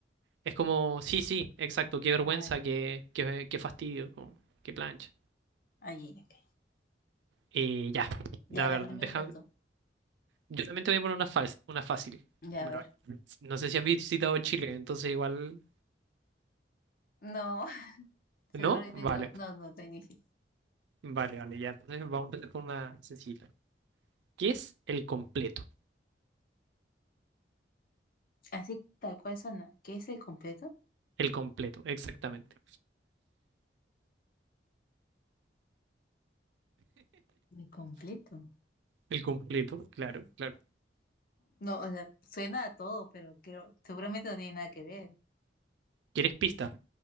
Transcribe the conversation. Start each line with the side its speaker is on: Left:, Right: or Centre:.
Right: Es como, sí, sí, exacto. Qué vergüenza,
Left: Ay,
Right: qué, qué, qué fastidio. Como, qué plancha.
Left: allí, ok.
Right: Eh, ya.
Left: Ya,
Right: A
Left: a ver,
Right: ver,
Left: dime
Right: deja.
Left: una tú.
Right: Yo también te voy a poner una, fals- una fácil.
Left: Ya,
Right: Bueno,
Left: a ver.
Right: no sé si has visitado Chile, entonces igual.
Left: No, <laughs> seguro
Right: ¿No?
Left: que
Right: Vale,
Left: te- no, no, no, te dije.
Right: vale, vale, ya. Entonces vamos a empezar con una sencilla. ¿Qué es el completo?
Left: Así tal cual suena. ¿Qué es el completo?
Right: El completo, exactamente.
Left: El completo.
Right: El completo, claro, claro.
Left: No, o sea, suena a todo, pero creo, seguramente no tiene nada que ver.
Right: ¿Quieres pista?